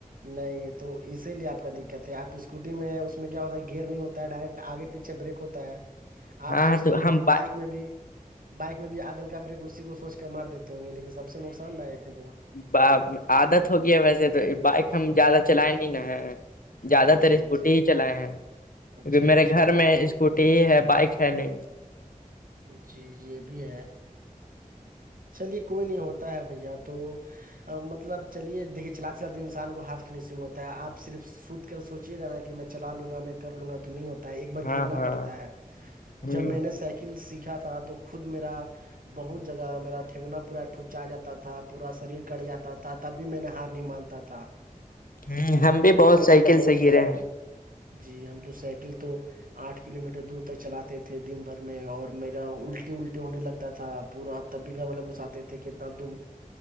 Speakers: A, on the right; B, on the left.
A: نہیں تو اسی لیے آپ کا دقت ہے آپ اسکوٹی میں اس میں کیا ہوتا ہے کہ گیئر نہیں ہوتا ہے ڈائریکٹ آگے پیچھے بریک ہوتا ہے
B: ہاں
A: آپ سوچتے
B: تو
A: ہوں گے
B: ہم
A: کہ بائک میں بھی بائک میں بھی اگل کا بریک اسی کو سوچ کر مار دیتے ہوں گے لیکن سب سے نقصان داک ہے وہ
B: ب عادت ہوگی ہے ویسے تو بائک ہم زیادہ چلائے نہیں نا ہے زیادہ تر
A: جی
B: اسکوٹی
A: جی
B: ہی چلائے ہیں
A: اچھا
B: کیکہ
A: اچھا
B: میرے گھر میں اسکوٹی ہی ہے بائک ہے نہیں
A: جی یہ بھی ہے چلیے کوئی نہیں ہوتا ہے بھیا تو مطلب چلیے دیکے چلات چلاتی انسان کو ہاتھ فنیشنگ ہوتا ہے آپ صرف سوت کر سوچیے گ نا کہ میں چلا لوں گا میں کر لوں گا تو نہیں ہوتا ہے ایک بار
B: ہاں
A: گرنا
B: ہاں
A: پڑتا ہے
B: ہ
A: جب میں نے سائیکل سیکھا تھا تو خود میرا بہت جگہ میرا ٹھنگنا پورا ٹھکچا جاتا تھا پورا شریر کٹ جاتا تھا تب بھی میں نے ہار نہیں مانتا تھا ب
B: ہ ہم بھی بہت سائیکل سے گرے ہیں
A: جی ہم تو سائیکل تو آٹھ کلو میٹر دور تک چلاتے تھے دن بھر میں اور میرا الٹے الٹے ہونے لگتا تھا پورا تب بھی گھر والے کو س آتے تھے کتنا تم